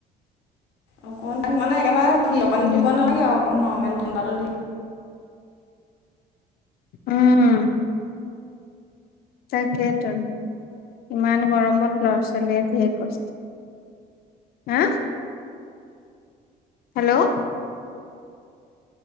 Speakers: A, on the left; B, on the left.
A: অকণ তাক মানে একেবাৰে ফিয় পানী
B: উম
A: দিব নালাগে আৰু অকমান- নৰ্মেল ঠাণ্ডাটো দি-
B: উম তাকেইেতো ইমান গৰমত ল'ৰা ছোৱালীয়ে ঢেৰ কষ্ট। হা হেল্ল'